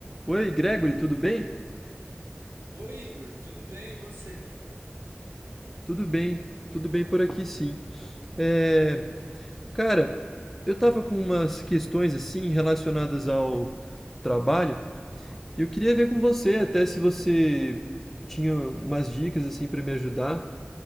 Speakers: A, in the centre; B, on the right (about 80°).
A: Oi, Gregory, tudo bem?
B: Oi, Igor, tudo bem, e você?
A: Tudo bem, tudo bem por aqui sim. É,
B: Hum,
A: cara, eu tava com umas questões assim relacionadas ao trabalho e eu queria ver com você, até se você tinha umas dicas assim para me ajudar.